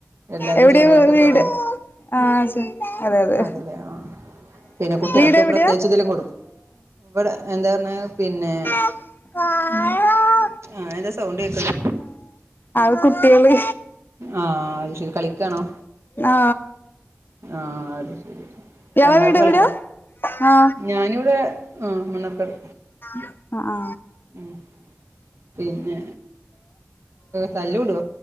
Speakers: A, on the right; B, on the left.
A: എല്ലാരും
B: എവിടെ
A: ചോറ് കഴിക്കാ
B: വീട്
A: കുട്ടികള്
B: ആ ശെ അതെ അതെ.
A: അതല്ലേ ആഹ് പിന്നെ കുട്ട്യാൾക്ക്
B: വീട് എവിടെയാ
A: പ്രത്യേകിച്ചെത്തെലും കൊട്ക്കും ഇവ്ടെ എന്താ പർഞ്ഞേ പിന്നെ
B: <unintelligible>
A: ആര സൗണ്ടേക്ക്ണ്ടല്ലോ?
B: ആത് കുട്ട്യള്.
A: ആ അത് ശെരി കളിക്കാണോ
B: ആ
A: ആ അത് ശെരി.
B: ഇയാളെ
A: രണ്ടാളും
B: വീട്
A: കളിക്ക
B: എവിടെയാ ആ
A: ഞാനിവിടെ ആ മണ്ണാർക്കാട്.
B: ആഹ് ആ.
A: ഉം പിന്നെ? തല്ലൂടോ